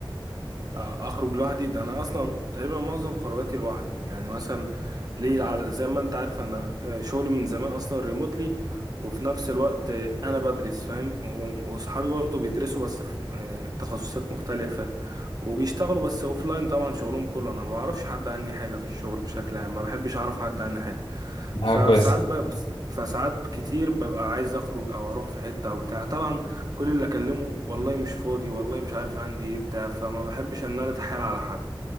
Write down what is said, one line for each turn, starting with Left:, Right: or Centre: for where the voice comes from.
Right: آه، اخرج لوحدي ده انا اصلا تقريبا معظم خروجاتي لوحدي يعني مثلا ليه على زي ما انت عارف انا آه، شغلي من زمان اصلا ريموتلي وفي نفس الوقت آه، انا بدرس فاهم و- واصحابي برضه بيدرسوا بس في آه، تخصصات مختلفة وبيشتغلوا بس اوفلاين طبعا شغلهم كله انا ما بعرفش حد عني حاجة في الشغل بشكل عام ما بحبش اعرف حد عني حاجة
Left: دي
Right: فساعات
Left: حاجة كويسة
Right: بقى فساعات كتير ببقى عايز اخرج او اروح في حتة او بتاع طبعا كل اللي اكلمه والله مش فاضي والله مش عارف عندي ايه بتاع فما بحبش ان انا اتحايل على حد